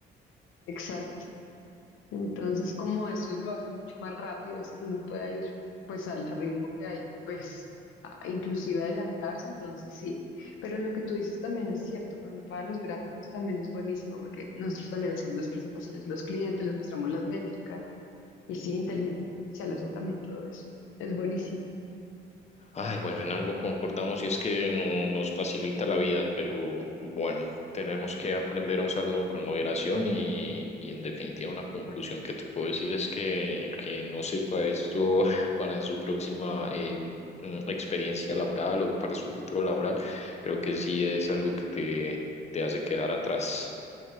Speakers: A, on the left (about 80°); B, on the left (about 35°).
A: exacto. Entonces, como eso lo hace mucho más rápido, así que uno pueda ir pues al ritmo que hay, pues a- inclusive adelantarse, entonces sí. Pero lo que tú dices también es cierto, pero para los gráficos también es buenísimo porque nosotros también hacemos las presentaciones a los clientes, les mostramos las métricas y sí, inteligencia artificial hace también todo eso. Es buenísimo.
B: Ay, bueno, en algo concordamos y es que no nos facilita la vida, pero bueno, tenemos que aprender a usarlo con moderación y, y en definitiva una conclusión que te puedo decir es que el que no sepa esto <laughs> para su próxima eh, mm, experiencia laboral o para su futuro laboral, creo que sí es algo que te, te hace quedar atrás.